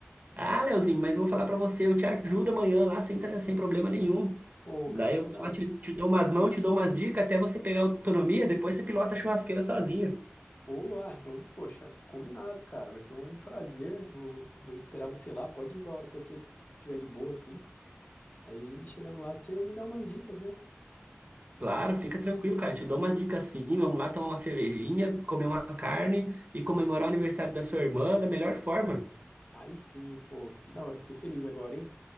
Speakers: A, on the right; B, on the left.
A: Ah, Leozinho, mas eu vou falar pra você, eu te ajudo amanhã lá sem, tra- sem problema nenhum.
B: Pô,
A: Daí
B: cara,
A: eu
B: que
A: vou
B: da
A: lá,
B: hora.
A: te, te dou umas mãos, te dou umas dicas até você pegar autonomia, depois você pilota a churrasqueira sozinha.
B: Boa, ah, então, poxa, combinado, cara. Vai ser um prazer. Vou, vou esperar você lá. Pode ir igual a hora que você tiver de boa, assim. Aí, chegando lá, você me dá umas dicas, né?
A: Claro, fica tranquilo, cara, te dou umas dicas sim. Vamos lá tomar uma cervejinha, comer uma carne e comemorar o aniversário da sua irmã da melhor forma.
B: Aí sim, pô, que da hora. Fiquei feliz agora, hein?